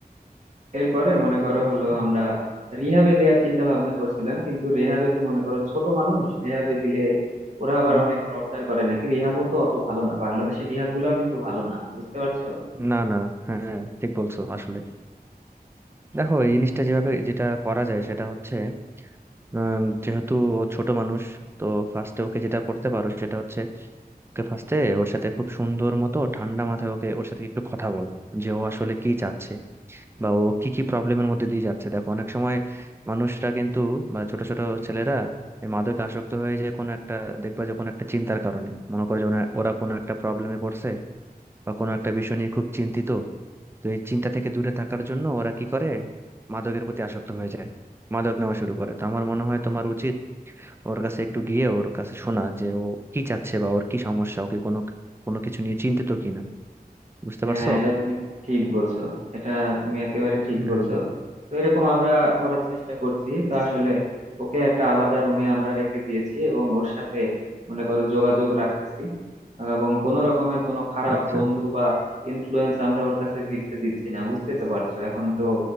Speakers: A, on the right (about 45°); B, on the right (about 15°).
A: এরপরে মনে করো হলো
B: হুম,
A: আমরা রিহাবে দেওয়ার চিন্তা ভাবনা করছিলাম কিন্তু রেহাবে তো মনে করো ছোট মানুষ রেহাবে দিলে ওরা আবার
B: হুম।
A: অনেক টর্চার করে নাকি রিহাবও তো অত ভালো না বাংলাদেশের রিহাব গুলাও কিন্তু ভালো না বুঝতে পারছো
B: না না হ্যাঁ হ্যাঁ, ঠিক বলছো আসলে দেখো এই জিনিসটা যেভাবে যেটা করা যায় সেটা হচ্ছে উম, যেহেতু ও ছোট মানুষ তো ফার্স্টে ওকে যেটা করতে পারো সেটা হচ্ছে ওকে ফার্স্টে ওর সাথে খুব সুন্দর মতো ঠান্ডা মাথায় ওকে ওর সাথে একটু কথা বল যে ও আসলে কি চাচ্ছে বা ও কি কি প্রবলেমের মধ্যে দিয়ে যাচ্ছে দেখো অনেক সময় মানুষরা কিন্তু বা ছোট ছোট ছেলেরা এই মাদকে আসক্ত হয়ে যায় কোনো একটা দেখবা যে কোনো একটা চিন্তার কারণে মনে করে যে ওনা- ওরা কোনো একটা প্রবলেমে পড়ছে বা কোনো একটা বিষয় নিয়ে খুব চিন্তিত তো এই চিন্তা থেকে দূরে থাকার জন্য ওরা কি করে মাদকের প্রতি আসক্ত হয়ে যায় মাদক নেওয়া শুরু করে তো আমার মনে হয় তোমার উচিত ওর কাছে একটু গিয়ে ওর কাছে শোনা যে ও কি চাচ্ছে বা ওর কি সমস্যা ওকে কোনো কোনো কিছু নিয়ে চিন্তিত কিনা বুঝতে
A: হ্যাঁ
B: পারছো
A: এটা তুমি ঠিক বলছো এটা তুমি একেবারে ঠিক
B: হ্যাঁ
A: বলছো তো এরকম আমরা করার চেষ্টা করছি তো আসলে ওকে একটা আলাদা রুমে আমরা রেখে দিয়েছি এবং ওর সাথে মনে করো যোগাযোগ রাখতেছি আহ, এবং কোনো রকমের কোনো খারাপ
B: আচ্ছা
A: বন্ধু বা ইনফ্লুয়েন্স আমরা ওর কাছে ভিড়তে দিচ্ছি না বুঝতেই তো পারছো এখন তো